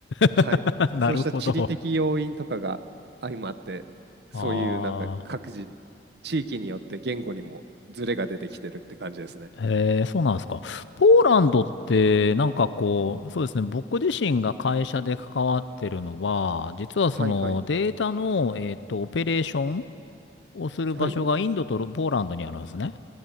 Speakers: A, on the right; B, on the left.
A: はい、
B: <laughs> なるほど。
A: そうした地理的要因とかが相まって、そういうなんか各自、
B: ああ。
A: 地域によって言語にもズレが出てきてるって感じですね。
B: へえ、そうなんですか。ポーランドって、なんかこう、そうですね、僕自身が会社で関わってるのは、実はそのデータの、
A: はいはい。
B: えっと、オペレーションをする場所がインドとポーランドにあるんですね。
A: はい。